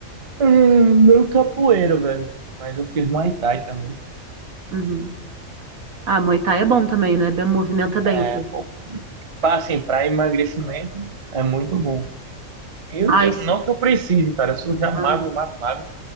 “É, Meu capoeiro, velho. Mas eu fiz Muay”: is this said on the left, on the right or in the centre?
Right